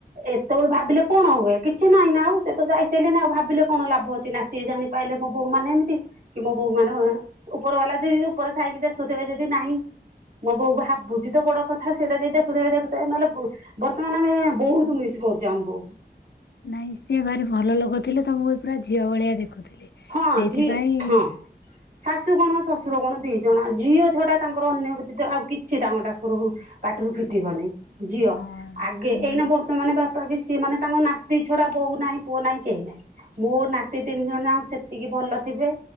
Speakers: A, on the right (about 55°); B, on the left (about 85°).
A: ଏତେବେଳ ଭାବିଲେ କଣ ହୁଏ କିଛି ନାହିଁ ନା ଆଉ ସେ ତ ଯାଇସାରିଲେ ନା ଆଉ ଭାବିଲେ କଣ ଲାଭ ଅଛି ନା ସିଏ ଜା ପାଇଲେ ମୋ ବୋହୁ ମାନ ଏମିତି କି ମୋ ବୋହୂ ମାନେ ଉପର ବାଲା ଯଦି ଉପରେ ଥାଇକି ଦେଖୁଥିବେ ଯଦି ନାହିଁ ମଁ ବୋହୂ ଭାବୁଚି ତ ବଡ କଥା ସେଇଟା ଯଦି ଦେଖୁଥିବ ଦେଖୁଥିବେ ନହେଲେ ବର୍ତ୍ତମାନ ଆମେ ବହୁତ ମିସ୍ କରୁଛୁ ଆମ୍ବକୁ
B: ନାଇଁ ସିଏ ଭାରି ଭଲ ଲୋଗୋଥିଲେ ତମକୁ ପୁରା ଝିଅ ଭଳିଆ ଦେଖୁଥିଲେ।
A: ହଁ
B: ସେଇଥିପାଇଁ
A: ଝି- ହଁ ହଁ। ଶାଶୁ କଣ ଶ୍ୱଶୁର କଣ ଦି ଜଣ ଝିଅ ଛଡା ତାଙ୍କର ଅନ୍ୟ ବ୍ୟତୀତ ଆଉ କିଛି ତାଙ୍କ ଡାକରକୁ ପାଟିରୁ ଫିଟିବନି ଝିଅ
B: ହଁ
A: ଆଗେ
B: ସେମାନେ
A: ଏଇ ନମ୍ବର ତ ମାନେ ବାପା ବି ସିଏ ମାନେ ତାଙ୍କ ନାତି ଛଡା ବୋହୂ ନାହିଁ ପୁଅ ନାହିଁ କେହି ନାହିଁ। ମୋ ନାତି ତିନି ଜଣଯାଙ୍କ ସେ ତିକି ଭଲ ଥିବେ